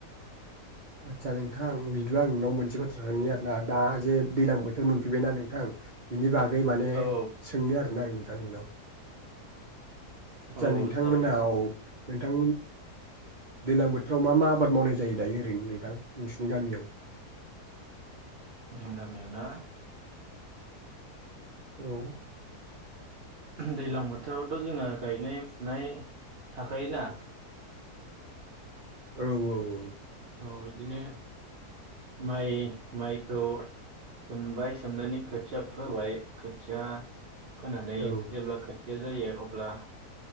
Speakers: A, on the right; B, on the right.
A: आदसा नोंथां बिदिब्ला आं नोंनाव मोनसे बाथ्रा सोंनो आरो ना दा जे दैज्लां बोथोर मोनफैबायना नोंथां बिनि बा गै माने
B: औ
A: सोंनो आरोना आंङो। नोंथां नोंनाव। आदसा
B: औ
A: नोंथांमोनाव।
B: जागोन दे जागोन
A: नोंथां दैज्लां बोथोराव मा मा आबाद मावनाय जायो दायो ओरैनो नोंथां नोंसिनि गामियाव।
B: जों गामियाव दा
A: औ।
B: दैज्लां बोथोरावथ जोंहा गायनाय फुनाय थाखायोना।
A: औ औ औ
B: औ बिदिनो माइ माइखौ सोमबाय सोमनानै खोथिया फोबाय खोथिया फोनानै
A: औ
B: जेब्ला खो थिया जायो अब्ला